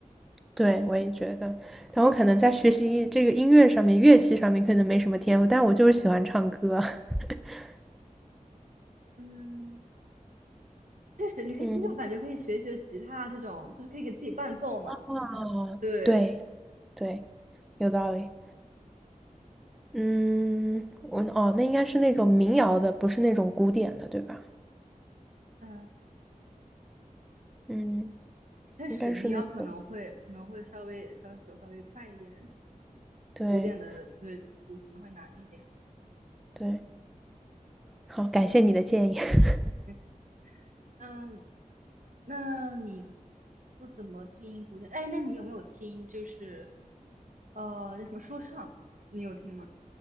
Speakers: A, in the centre; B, on the right.
A: 对，我也觉得。但我可能在学习这个音乐上面、乐器上面可能没什么天赋，但我就是喜欢唱歌。<laughs>
B: 嗯，确实，你可以，
A: 嗯，
B: 其实我感觉可以学一学吉他这种，就是可以给自己伴奏嘛。
A: 啊，
B: 对，
A: 对对，有道理。嗯，我哦，
B: 嗯
A: 那应该是那种民谣的，不是那种古典的，对吧？
B: 嗯，
A: 嗯，
B: 确实，
A: 应该是那种，
B: 民谣可能会可能会稍微稍手稍微快一点，
A: 对
B: 古典的对鼓可能会难一点。
A: 对，好，感谢你的建议。<laughs>
B: 对，嗯，那你不怎么听古典？哎，那你有没有听就是呃叫什么说唱？你有听吗？